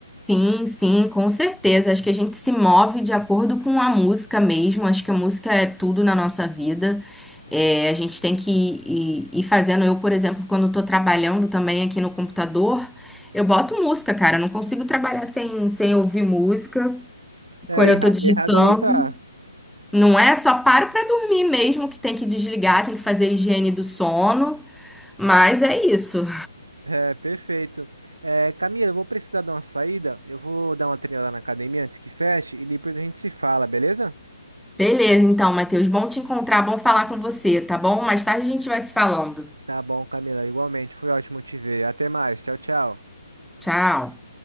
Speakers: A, in the centre; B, on the right (about 85°).
A: Sim, sim, com certeza. Acho que a gente se move de acordo com a música mesmo. Acho que a música é tudo na nossa vida. É, a gente tem que ir, ir- ir fazendo. Eu, por exemplo, quando estou trabalhando também aqui no computador, eu boto música, cara. Eu não consigo trabalhar sem, sem ouvir música.
B: É,
A: Quando eu
B: erra-
A: estou digitando,
B: errada não tá.
A: não é só paro para dormir mesmo, que tem que desligar, tem que fazer a higiene do sono. Mas é isso.
B: É, perfeito. É, Camila, eu vou precisar dar uma saída, eu vou dar uma treinada na academia antes que feche, e depois a gente se fala, beleza?
A: Beleza, então, Matheus. Bom te encontrar, bom falar com você, tá bom? Mais tarde a gente vai se falando.
B: Tá bom, Camila, igualmente, foi ótimo te ver. Até mais, tchau, tchau.
A: Tchau.